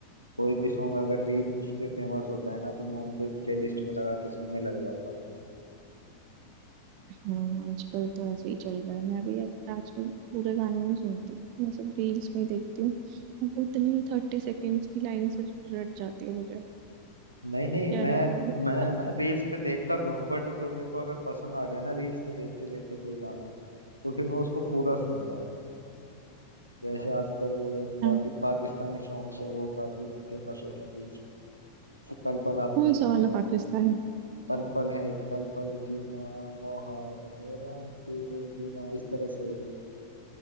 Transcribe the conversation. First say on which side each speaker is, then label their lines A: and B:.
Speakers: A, on the right; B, on the right.
A: कोई भी सॉन्ग अगर रील्स पे फेमस होता है ना तो मैं उनको प्लेलिस्ट में लगा के सुनने लग जाता हूँ
B: हाँ आजकल तो ऐसे ही चल रहा है मैं भी आज- आजकल पूरे गाने नहीं सुनती मैं सब रील्स में ही देखती हूँ अब उतनी थर्टी सेकेंड्स की लाइन से रट जाती है मुझे
A: नहीं नहीं
B: क्या
A: मैं
B: रह गया वैसे
A: मैं
B: सब
A: है ना रील्स पे देखता तो हूँ बट जो मेरे को अगर पसंद आ गया ना रील्स पे देखते देखते कोई गाना तो फिर मैं उसको पूरा सुनता हूँ जैसे आजकल
B: अच्छा
A: काफी पाकिस्तानी सॉन्ग्स है वो काफी फेमस हो रहे हैं रील्स पे जैसे पल पल आपने
B: कौन
A: सुना
B: सा
A: होगा
B: वाला पाकिस्तान
A: पल पल है एक पल पल जीना मोहाल मेरा तेरे बिना इस तरह से एक